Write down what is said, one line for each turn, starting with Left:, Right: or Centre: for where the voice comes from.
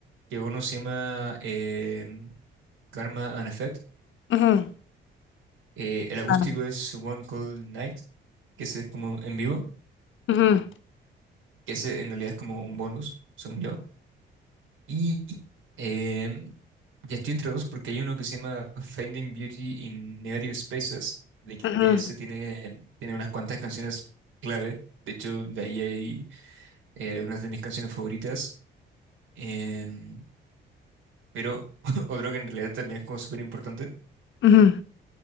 Right: que uno se llama em, Karma and Effect,
Left: ujú.
Right: eh, el acústico
Left: Ah.
Right: es One Cold Night, que ese es como en vivo,
Left: Ujú,
Right: que ese en realidad es como un bonus, según yo, y em, ya estoy entre dos porque hay uno que se llama Finding Beauty in Negative Spaces, de que
Left: ujú,
Right: ese tiene, tiene unas cuantas canciones clave. De hecho, de ahí hay eh, una de mis canciones favoritas. em, pero <laughs> otro que en realidad también es como súper importante
Left: ujú.